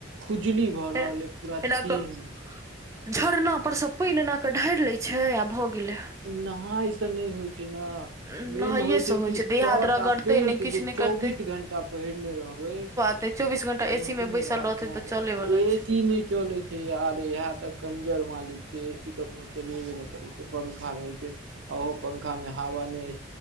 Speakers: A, on the right; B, on the right.
A: खुजली भऽ
B: छै
A: रहल य पूरा
B: एना
A: देह
B: कऽ
A: मे।
B: झरना पर सऽ पानि एना कऽ ढारि लैत छैय आ भऽ गेलै।
A: नहाय से नहि होइ छैय ने।
B: नहाइएसँ
A: मेन होइ छैय कि
B: छै
A: शर्ट
B: देह हाथ रगड़तै
A: आ पेंट
B: नहि किछु
A: जे
B: नहि
A: चौबीस
B: करतै
A: घंटा पहिरने रहबै।
B: तैय चौबीस घंटा
A: नोचनी
B: एसी मे बैसल
A: रहत
B: रहतै
A: न
B: तऽ चले वाला
A: ए
B: छै
A: सी नहि चलै छैय। यर इहा त कंजर मालिक छैय ए सी कखनो चलेबे ने करे छैय पंखा रहे छैय। आ ओहो पंखा मे हवा नहि